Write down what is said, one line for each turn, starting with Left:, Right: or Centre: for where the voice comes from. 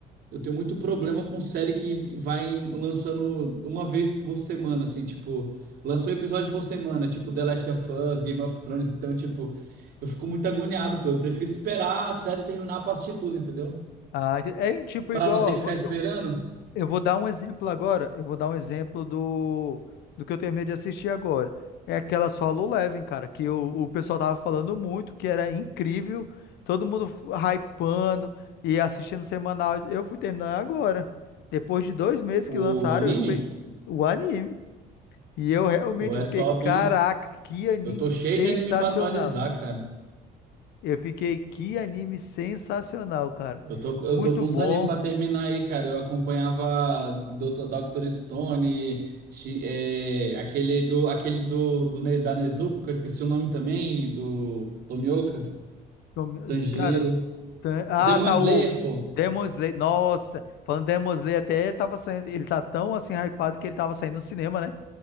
Right: Eu tenho muito problema com série que vai lançando uma vez por semana, assim, tipo, lançou episódio por semana, tipo The Last of Us, Game of Thrones, então, tipo, eu fico muito agoniado, pô. Eu prefiro esperar a série terminar pra assistir tudo, entendeu?
Left: Ah, ente- é tipo
Right: Pra
Left: igual,
Right: não ter que
Left: ó, vou,
Right: ficar esperando
Left: Eu vou dar um exemplo agora. Eu vou dar um exemplo do, do que eu terminei de assistir agora. É aquela Solo Leveling, cara, que o, o pessoal tava falando muito, que era incrível, todo mundo f- hypando e assistindo semanal. Eu fui terminar agora. Depois de dois meses
Right: o
Left: que lançaram,
Right: anime,
Left: eu espe- o anime. E eu realmente
Right: pô, é
Left: fiquei,
Right: top,
Left: caraca,
Right: hein?
Left: que anime
Right: Eu tô
Left: sensacional.
Right: cheio de anime pra atualizar, cara.
Left: Eu fiquei, que anime sensacional, cara.
Right: Eu tô,
Left: Muito
Right: eu tô com uns
Left: bom.
Right: animes pra terminar aí, cara. Eu acompanhava Dr. Dr. Stone, chi- é, aquele do, aquele do, do Ne- da Nezuko, que eu esqueci o nome também, e do Tomioka,
Left: Então,
Right: Tanjiro.
Left: Cara, Tan- Ah,
Right: O Demon
Left: tá
Right: Slayer,
Left: o
Right: pô.
Left: Demon Slayer. Nossa, falando Demon Slayer até tava saindo. Ele tá tão assim hypado que ele tava saindo no cinema, né?